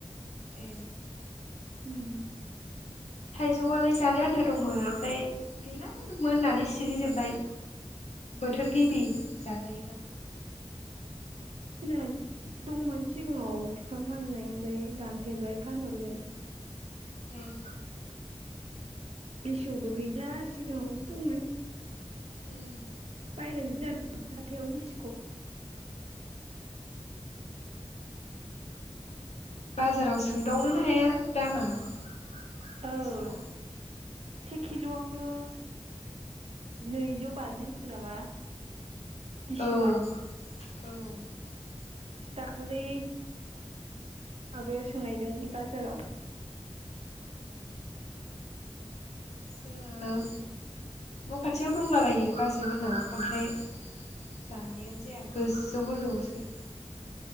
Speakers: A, on the left; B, on the right.
A: ए।
B: उम।
A: थाइजौआलाय जानो आन्था दंमोन आमफाय गैला आरो मोननानै सिरिजोब्बाय। बोथोर
B: ए
A: गेबि जाथ <inaudible>
B: दिनना दंमोन सिगाङाव बिफां फांनाय ओमफ्राय दानफैबाय फानहरबाय
A: हम
B: बिसौबो गैला सिगाङावसो दंमोन
A: उम
B: <unintelligible> हाथायाइाव लिथिख'
A: बाजाराव सोंदावनोनो हाया दामा <unintelligible>
B: औ से किल'आवनो नैजौ बाजि दं नामा लिसुवा
A: औ औ
B: दाखालै माबायाव सोंनायदोंमोन बाजाराव
A: जोङो न' खाथियाव दंलाबायो बाजै उनाव ओमफ्राय जानायानो जाया गोजौ गोजौआवसो